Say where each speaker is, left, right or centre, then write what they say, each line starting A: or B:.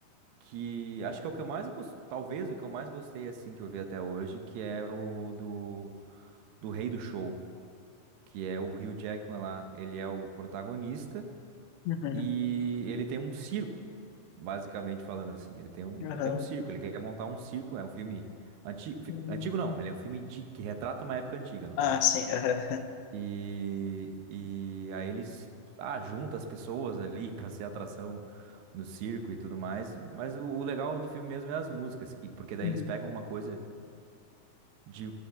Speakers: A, on the right; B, on the left.
A: que acho que é o que eu mais gostei, talvez o que eu mais gostei, assim, que eu vi até hoje, que é o do, do Rei do Show, que é o Hugh Jackman lá, ele é o protagonista,
B: uhum,
A: e ele tem um circo, basicamente falando assim. Ele tem um,
B: aham,
A: tem um circo, ele quer montar um circo. É um filme antigo,
B: uhum.
A: antigo não, ele é um filme de- que retrata uma época antiga, no
B: Ah,
A: caso.
B: sim. aham,
A: E, e aí eles ah, juntam as pessoas ali <laughs> pra ser atração no circo e tudo mais. Mas o, o legal do filme mesmo é as músicas, que, porque
B: <laughs>
A: daí
B: Uhum,
A: eles pegam uma coisa de